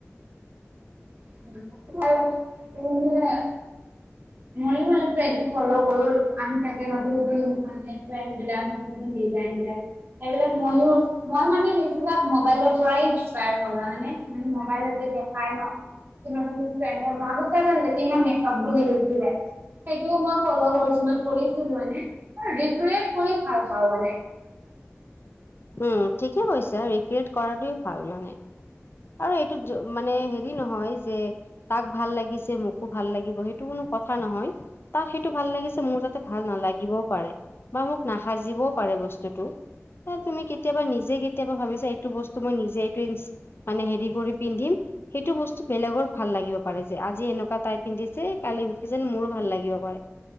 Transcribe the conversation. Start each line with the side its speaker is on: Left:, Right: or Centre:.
Right: <unintelligible> মইও যে এইটো ফলৌ কৰো আহি থাকে নতুন নতুন- মানুহে কয় সেইবিলাক নতুন নতুন দিজাইনবিলক। সেইবিলাক মইও- মই মানে বেছিভাগ মবাইলৰ পৰাই ইনস্পায়াৰ হলানে মানে মবাইলতে দেখাই ন। <unintelligible> সেইটোও মই ফলৌ কৰিছো মান কৰিছিলো হয় নে? মই ৰিক্ৰীয়েত কৰি ভাল পাওঁ মানে।
Left: উম ঠিকে কৈছা ৰিক্ৰিয়েট কৰাটোৱেই ভাল মানে। আৰু এইটো মানে হেৰি নহয় যে- তাক ভাল লাগিছে মোকো ভাল লাগিব সেইটো কোনো কথা নহয়। তাক সেইটো ভাল লাগিছে মোৰ যাতে ভাল নালাগিবও পাৰে বা মোক নাাসাজিবও পাৰে বস্তুটো। বা তুমি কেতিয়াবা নিজে কেতিয়াবা ভাবিছা এইটো বস্তু মই নিজে এই- মানে হেৰি কৰি পিন্ধিম। সেইটো বস্তু বেলেগৰ ভাল লাগিব পাৰে যে আজি এনেকুৱা তাই পিন্ধিছে কালি কিযান মোৰো ভাল লাগিব পাৰে।